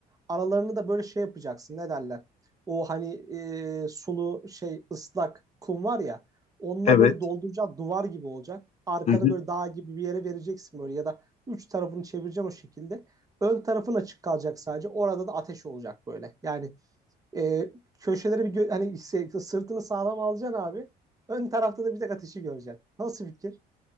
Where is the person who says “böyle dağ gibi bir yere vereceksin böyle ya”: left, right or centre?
Right